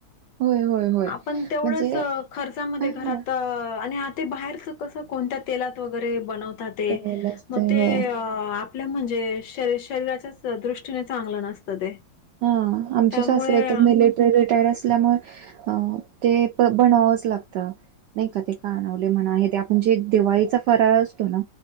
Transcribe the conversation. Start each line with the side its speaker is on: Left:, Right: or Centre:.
Right: होय होय होय
Left: आपण तेवढंच
Right: म्हणजे
Left: खर्चामध्ये
Right: हा
Left: घरात आणि आ ते बाहेरच कस कोणत्या तेलात वगैरे बनवत ते
Right: तळलेलं असतंय
Left: मग ते
Right: होय
Left: आपलं म्हणजे शरी शरीराच्या दृष्टीने चांगलं नसतं ते
Right: हा आमचे
Left: त्यामुळे
Right: शास्रे तर मिलिटरी रिटायर असल्यामुळे अ ते प बनवावंच लागतं नाही का ते का आणवले म्हणा आहे ते आपण जे दिवाळीचा फराळ असतो ना